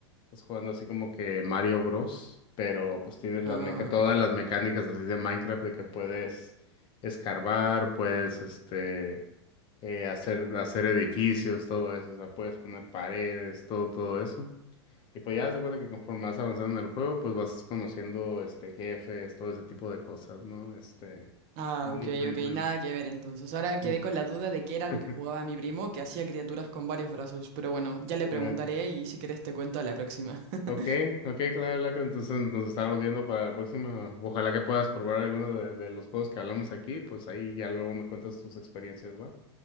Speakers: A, on the left (about 35°); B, on the right (about 45°).
A: estás jugando así como que Mario Bros, pero pues tienes las
B: Ah,
A: meca todas las mecánicas así de Minecraft de que puedes escarbar, puedes este eh, hacer, hacer edificios, todo eso, o sea, puedes poner paredes, todo, todo eso. Y pues ya te de cuenta que conforme vas avanzando en el juego, pues vas conociendo este jefes, todo ese tipo de cosas, ¿no? Este.
B: ah,
A: y,
B: ok,
A: pues,
B: ok,
A: bueno,
B: nada que ver entonces. Ahora quedé
A: es-
B: con la duda de qué era lo
A: <laughs>
B: que jugaba mi primo, que hacía criaturas con varios brazos, pero bueno, ya le preguntaré
A: ah,
B: y si querés te cuento a la próxima. <laughs>
A: Ok, ok, ok, claro, Blanca, entonces nos estamos viendo para la próxima. Ojalá que puedas probar alguno de, de los juegos que hablamos aquí, pues ahí ya luego me cuentas tus experiencias, ¿va?